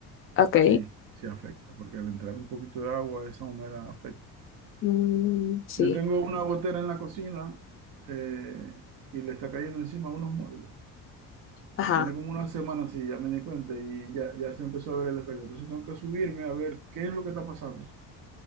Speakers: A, on the left; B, on the right.
A: Ok.
B: Sí, sí afecta, porque al entrar un poquito de agua, esa humedad afecta.
A: Mm, sí.
B: Yo tengo una gotera en la cocina eh, y le está cayendo encima unos muebles.
A: Ajá.
B: Tiene como una semana así, ya me di cuenta y ya, ya se empezó a ver el efecto. Entonces tengo que subirme a ver qué es lo que está pasando